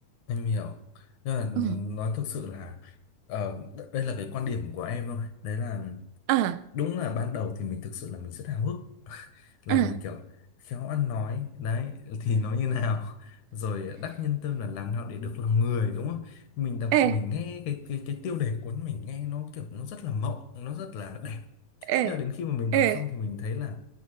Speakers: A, on the left (about 75°); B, on the right (about 85°).
A: em hiểu. Nhưng là
B: ừ
A: nói thực sự là ờ, đ- đây là cái quan điểm của em thôi. Đấy là
B: à
A: đúng là ban đầu thì mình thực sự là mình rất háo hức, là
B: à
A: mình kiểu khéo ăn nói, đấy thì nói như nào, rồi đắc nhân tâm là làm nào để được lòng người đúng không? Mình đọc
B: <laughs>
A: mình
B: ê
A: nghe cái cái cái tiêu đề cuốn mình nghe nó kiểu nó rất là mộng, nó rất là đẹp.
B: ê
A: Nhưng mà đến khi mà mình đọc
B: ê
A: xong thì mình thấy là